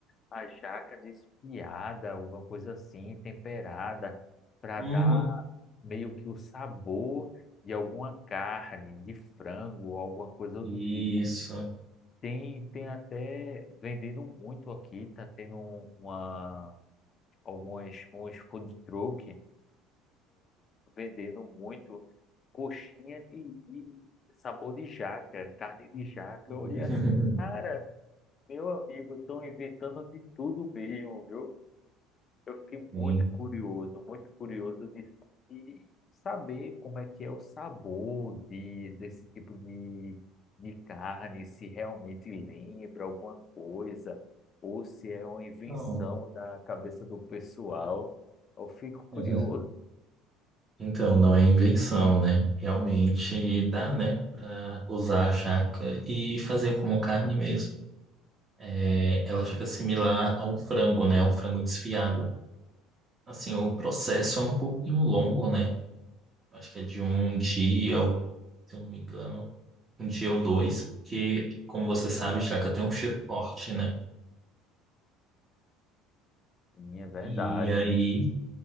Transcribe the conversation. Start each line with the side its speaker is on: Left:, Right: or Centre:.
Left: a jaca desfiada, alguma coisa assim, temperada, para
Right: Uhum.
Left: dar meio que o sabor de alguma carne, de frango, alguma coisa
Right: Isso.
Left: do tipo. Tem, tem até vendendo muito aqui, tá tendo uma, algumas, uns food truck vendendo muito coxinha de, de sabor de jaca, carne de jaca.
Right: <laughs>
Left: Eu olhei assim, cara, meu amigo, estão inventando de tudo mesmo, viu? Eu fiquei
Right: Sim.
Left: muito curioso, muito curioso de, de saber como é que é o sabor de, desse tipo de, de carne, se realmente lembra alguma coisa, ou se é uma invenção
Right: Então,
Left: da cabeça do pessoal. Eu fico curioso.
Right: <laughs> então, não é invenção, né? Realmente dá, né, para usar a jaca e fazer como carne mesmo. é, ela fica similar ao frango, né? Ao frango desfiado. Assim, o processo é um pouquinho longo, né? Acho que é de um dia, ou- se eu não me engano, um dia ou dois, porque, como você sabe, jaca tem um cheiro forte, né?
Left: Sim, é verdade.
Right: E aí,